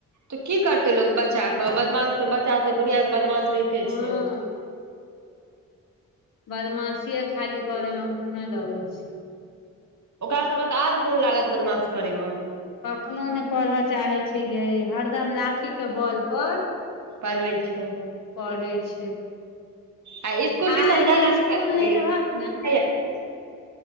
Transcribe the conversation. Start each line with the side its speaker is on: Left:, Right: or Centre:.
Right: तऽ की करतै लोग बच्चाक बदमाश त बच्चा दुनियाँक बदमाश रहिते
Left: हँ
Right: छै,
Left: बदमाशीे खाली करे मे मुने लगै छै,
Right: ओकरा सबके तऽ आर मो लागत बदमाशी करै मे
Left: कखनो नै पढ़य चाहै छैयै हरदम लाठी के बल पर
Right: पढ़बै छियै।
Left: पढ़ै छै।
Right: आ इसकुल
Left: आइ
Right: टिसन जायला
Left: जे
Right: नै
Left: स्कुल नहि
Right: ने
Left: रहत
Right: <unintelligible>